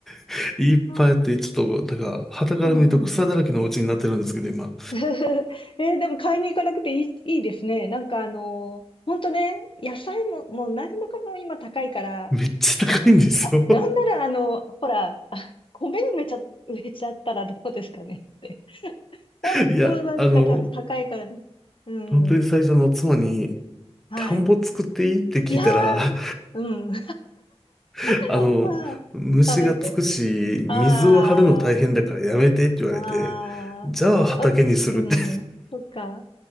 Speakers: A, in the centre; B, on the left (about 50°).
A: <laughs> いっぱいあって、
B: あ、
A: ちょっと、なんか、傍から見ると草だらけのお家になってるんですけど、
B: うん、うん。
A: 今、
B: <laughs> えーでも買いに行かなくていい、いいですね。なんかあのー、ほんとね、野菜も、もう何もかも今高いから、
A: めっちゃ高いんですよ
B: うん、あ、なんならあの、ほら、あ、米埋めちゃ、植えちゃったらどうですかねって。ほんとなんかた、
A: <laughs> いや、あの、
B: 高いからね。うん。
A: 本当に最初の妻に、
B: はい。
A: 田んぼ作っていいって聞いたら、
B: いやー、うん。
A: <laughs> あの、
B: <laughs>
A: 虫がつくし、
B: ダメって。あー、
A: 水を張るの大変だからやめてって言われて、
B: あー。
A: じゃあ畑にするって
B: わた、うん。そっか。